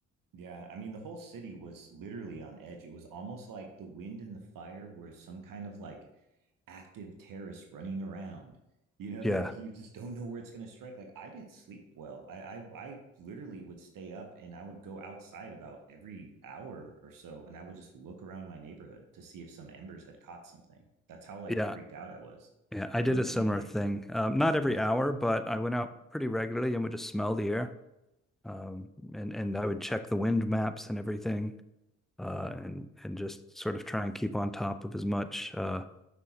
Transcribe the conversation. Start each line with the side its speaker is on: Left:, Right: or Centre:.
Right: yeah i mean the whole city was literally on edge it was almost like the wind and the fire were some kind of like active terrorists running around you know
Centre: Yeah,
Right: <laughs> like you just don't know where it's going to strike like i didn't sleep well I, I i literally would stay up and i would go outside about every hour or so and i would just look around my neighborhood to see if some embers had caught something that's how like
Centre: yeah,
Right: freaked out i was
Centre: yeah. I
Right: i
Centre: did
Right: don't know
Centre: a
Right: if
Centre: similar
Right: you did anything
Centre: thing. Um, not
Right: yeah
Centre: every hour, but I went out pretty regularly and would just smell the air. Um, and and I would check the wind maps and everything, uh, and and just sort of try and keep on top of as much uh,